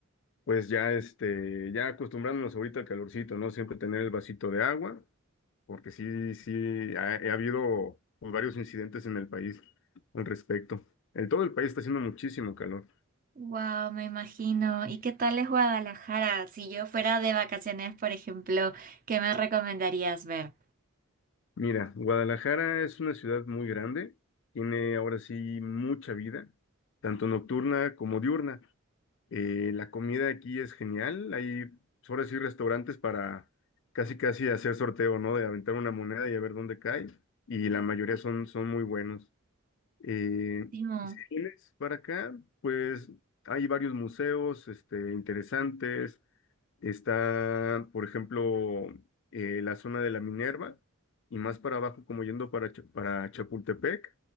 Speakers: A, on the left; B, on the right.
A: Pues ya, este, ya acostumbrándonos ahorita al calorcito, ¿no? Siempre tener el vasito de agua, porque sí, sí, ha, ha habido pues, varios incidentes en el país al respecto. En todo el país está haciendo muchísimo calor.
B: Wow, me imagino. ¿Y qué tal es Guadalajara? Si yo fuera de vacaciones, por ejemplo, ¿qué me recomendarías ver?
A: Mira, Guadalajara es una ciudad muy grande, tiene ahora sí mucha vida, tanto nocturna como diurna. Eh, la comida aquí es genial. Hay, pues, ahora sí, restaurantes para casi casi hacer sorteo, ¿no? De aventar una moneda y a ver dónde cae. Y la mayoría son, son muy buenos. Eh,
B: Timo.
A: si vienes para acá, pues hay varios museos, este, interesantes. Está, por ejemplo, eh, la zona de la Minerva y más para abajo, como yendo para, Cha- para Chapultepec,